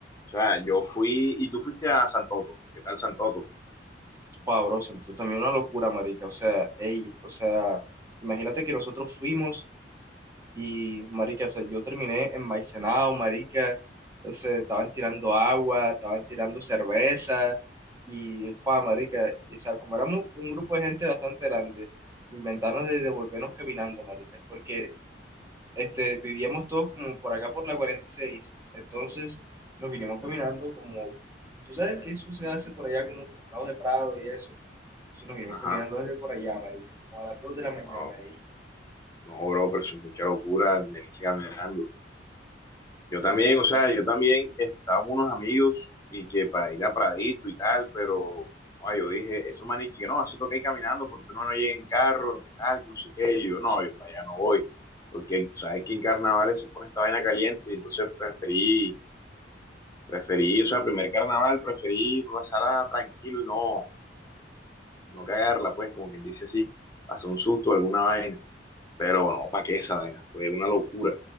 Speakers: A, on the left; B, on the right.
A: O sea, yo fui y tú fuiste a Santoto. ¿Qué tal Santoto?
B: Joder, bro, se entró también una locura, marica. O sea, ey, o sea, imagínate que nosotros fuimos Y, marica, o sea, yo terminé envaicenado, marica. O sea, estaban tirando agua, estaban tirando cerveza. Y, pa, marica, o sea, como éramos un grupo de gente bastante grande, inventaron de devolvernos caminando, marica. Porque, este, vivíamos todos como por acá por la 46. Entonces, nos vinimos caminando como... ¿Tú sabes que eso se hace por allá como por el lado de Prado y eso? Entonces nos vinimos
A: Ajá.
B: caminando desde por allá, marica, como a las 2 de la mañana
A: Wow.
B: ahí.
A: No, bro, pero eso es mucha locura. Me sigue caminando. Yo también,
B: Pero sí,
A: o sea, yo también este, estaba con unos amigos y que para ir a Pradito y tal, pero ah, yo dije, eso maniquí, no, eso toca ir caminando porque uno no llega en carro, que tal, que no sé qué. Y yo, no, yo para allá no voy. Porque sabes que en carnavales se pone esta vaina caliente, y entonces preferí, preferí, o sea, primer carnaval preferí pasarla tranquilo y no no cagarla, pues, como quien dice así, pasó un susto, alguna vaina, pero no, ¿para qué esa vaina? Fue una locura.